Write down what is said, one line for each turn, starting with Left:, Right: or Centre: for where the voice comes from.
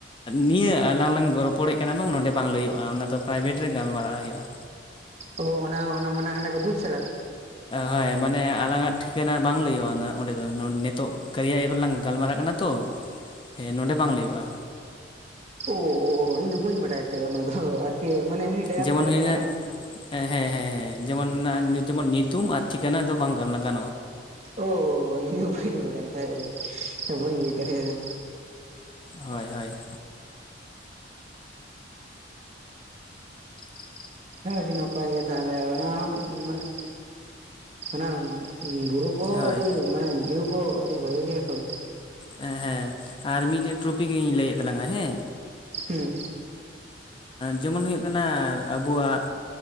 Left: ᱱᱤᱭᱟᱹ ᱟᱞᱟᱝ ᱞᱟᱝ ᱨᱚᱯᱚᱲᱮᱜ ᱠᱟᱱᱟ ᱵᱟᱝ ᱱᱚᱸᱰᱮ ᱵᱟᱝ ᱞᱟᱹᱭᱩᱜᱼᱟ ᱚᱱᱟ ᱫᱚ ᱯᱨᱟᱭᱵᱷᱮᱴ ᱨᱮ ᱜᱟᱞᱢᱟᱨᱟᱣ ᱦᱩᱭᱩᱜᱼᱟ
Right: ᱚ ᱚᱱᱟ ᱚᱱᱟ ᱢᱟᱱᱮ ᱦᱟᱱᱟ ᱠᱚ ᱵᱩᱡᱽ ᱥᱟᱲᱟ
Left: ᱦᱳᱭ ᱢᱟᱱᱮ ᱟᱞᱟᱝ ᱟᱜ ᱴᱷᱤᱠᱟᱹᱱᱟ ᱵᱟᱝ ᱞᱟᱹᱭᱩᱜᱼᱟ ᱚᱸᱰᱮ ᱫᱚ ᱱᱤᱛᱚᱜ ᱠᱟᱹᱨᱤᱭᱟ ᱮᱯ ᱨᱮᱞᱟᱝ ᱜᱟᱞᱢᱟᱨᱟᱜ ᱠᱟᱱᱟ ᱛᱚ ᱦᱮᱸ ᱱᱚᱸᱰᱮ ᱵᱟᱝ ᱞᱟᱹᱭᱚᱜᱼᱟ
Right: ᱳ ᱳ ᱤᱧ ᱫᱚ ᱵᱟᱹᱧ ᱵᱟᱰᱟᱭ ᱛᱟᱦᱮᱸᱜᱼᱟ ᱚᱱᱟ ᱫᱚ ᱟᱨᱠᱤ ᱢᱟᱱᱮ ᱮᱢᱱᱤ ᱰᱟᱭᱟᱞ
Left: ᱡᱮᱢᱚᱱ
Right: ᱠᱚᱨᱮ
Left: ᱦᱩᱭᱱᱟ
Right: ᱫᱚ ᱜᱟᱱᱚᱜᱼᱟ
Left: ᱦᱮᱸ ᱦᱮᱸ ᱦᱮᱸ ᱡᱮᱢᱚᱱ ᱡᱮᱢᱚᱱ ᱧᱩᱛᱩᱢ ᱟᱨ ᱴᱷᱤᱠᱟᱱᱟ ᱫᱚ ᱵᱟᱝ ᱜᱟᱱᱚᱜᱼᱟ
Right: ᱳ ᱳ ᱳ ᱤᱧ ᱫᱚ ᱵᱟᱹᱧ ᱵᱟᱲᱟᱭ ᱛᱟᱦᱮᱸᱜ ᱵᱟᱹᱧ ᱵᱩᱡᱽ ᱫᱟᱲᱮᱭᱟᱫᱟ
Left: ᱦᱳᱭ ᱦᱳᱭ
Right: ᱦᱮᱸ ᱟᱹᱰᱤ ᱱᱟᱯᱟᱭ ᱜᱮ ᱛᱟᱦᱚᱞᱮ ᱚᱱᱟ ᱦᱚᱢ ᱢᱟᱱᱮ ᱚᱱᱟᱢ ᱵᱩᱨᱩ ᱠᱚᱦᱚᱸ
Left: ᱦᱳᱭ
Right: ᱟᱹᱰᱤ ᱢᱟᱱᱮ ᱵᱷᱤᱭᱩ ᱠᱚ ᱟᱹᱰᱤ ᱵᱷᱟᱹᱜᱤ ᱜᱮᱭᱟ ᱛᱚ
Left: ᱦᱮᱸ ᱦᱮᱸ ᱟᱨ ᱢᱤᱫ ᱴᱮᱡ ᱴᱚᱯᱤᱠ ᱤᱧ ᱞᱟᱹᱭᱮᱫ ᱛᱟᱞᱟᱝᱼᱟ ᱦᱮᱸ
Right: ᱦᱮᱸ
Left: ᱡᱮᱢᱚᱱ ᱦᱩᱭᱩᱜ ᱠᱟᱱᱟ ᱟᱵᱚᱣᱟᱜ